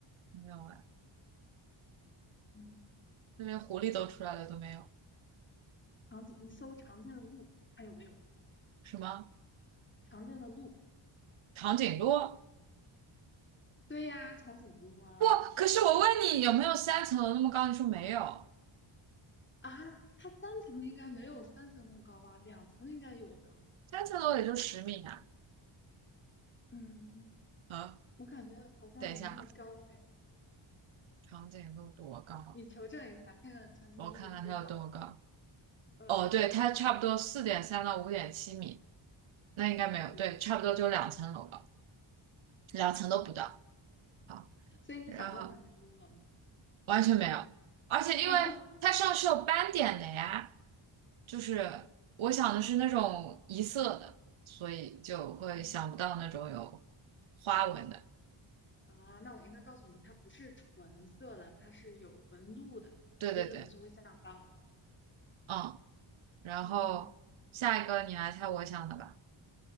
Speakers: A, on the right; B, on the left.
A: 没有哎，
B: 嗯，
A: 这连狐狸都出来了都没有，
B: 长颈，你搜常见的鹿，看有没有
A: 什么
B: 常见的鹿。
A: 长颈鹿？
B: 对呀，长颈鹿啊
A: 不，可是我问你有没有三层楼那么高，你说没有，
B: 啊，它三层应该没有三层那么高吧？两层应该有的。
A: 三层楼也就十米啊，
B: 嗯，
A: 啊，
B: 我感觉好像没那么高哎，
A: 等一下啊，长颈鹿多高？
B: 你求证一下，看看长颈鹿有多高，
A: 我看看它有多高。
B: 呃，
A: 哦，对，它差不多四点三到五点七米，那应该没有，
B: 对吧？
A: 对，差不多就两层楼高，两层都不到。好，
B: 所以你想到长颈鹿了吗？
A: 然后完全没有，而且因为它上是有斑点的呀，
B: <laughs> 哦，
A: 就是我想的是那种一色的，
B: 嗯，
A: 所以就会想不到那种有
B: 哦，
A: 花纹的。
B: 啊，那我应该告诉你，它不是纯色的，它是有纹路的，
A: 对对对，
B: 你可能就会想到了。
A: 嗯，然后下一个你来猜我想的吧，
B: 嗯，